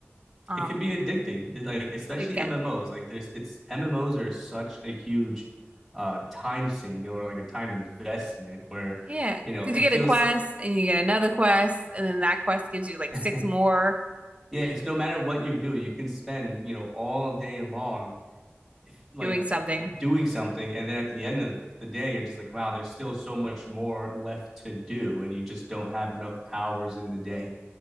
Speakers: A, on the right; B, in the centre.
A: Um,
B: It could be addicting, It's like especially
A: it can.
B: MMOs. Like there's, it's MMOs are such a huge uh time sink or like a time investment where
A: Yeah,
B: you know
A: because
B: it
A: you get
B: feels
A: a quest and you get another quest, and then that quest gives you like
B: <laughs>
A: six
B: yeah.
A: more
B: It's no matter what you do, you can spend you know all day long like
A: doing something.
B: doing something and then at the end of the day you're just like wow there's still so much more left to do and you just don't have enough hours in the day